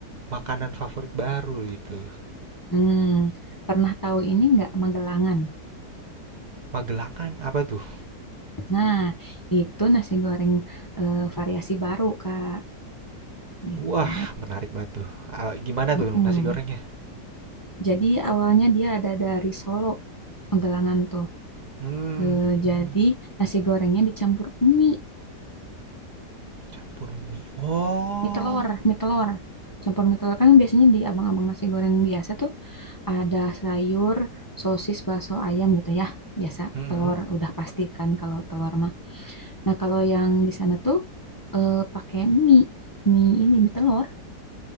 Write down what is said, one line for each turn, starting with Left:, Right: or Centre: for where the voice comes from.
Right: makanan favorit baru gitu.
Left: Hmm, pernah tahu ini nggak Magelangan?
Right: Magelangan apa tuh?
Left: Nah, itu nasi goreng eh, variasi baru, Kak. Gitu.
Right: Wah, menarik banget tuh. Ah, gimana
Left: Mm-mm.
Right: tuh nasi gorengnya?
Left: Jadi awalnya dia ada dari Solo, Pegalangan tuh.
Right: Hmm,
Left: Eh,
Right: hmm,
Left: jadi nasi gorengnya dicampur mie,
Right: campur mie. Oh.
Left: mie telur, mie telur. Campur mie telur kan biasanya di abang-abang nasi goreng biasa tuh ada sayur, sosis, bakso, ayam gitu ya. Biasa
Right: hmm
Left: telur udah pasti kan kalau telur mah. Nah, kalau yang di sana tuh eh, pakai mie, mie ini mie telur